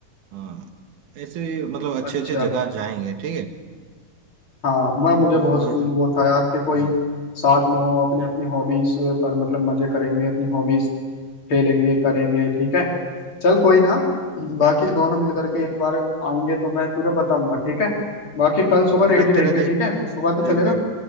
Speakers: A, on the right; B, on the left.
A: अ, ऐसे मतलब
B: अच्छा
A: अच्छे अच्छे जगह जाएंगे ठीक है
B: हाँ मैं
A: तो
B: मुझे बहुत
A: और
B: वो
A: हाँ
B: था यार कि कोई
A: हाँ,
B: साथ में हो अपनी अपनी हॉबीज पर मतलब मजे करेंगे अपनी हॉबीज खेलेंगे करेंगे ठीक है चल कोई ना बाकी दोनों मिल करके एक बार आएंगे तो मैं तुझे बताऊंगा ठीक है बाकी कल
A: ठीक
B: सुबह
A: है तेरा
B: रेडी रहेंगे
A: तेरा देख
B: ठीक है सुबह तो चलेगा
A: देख देख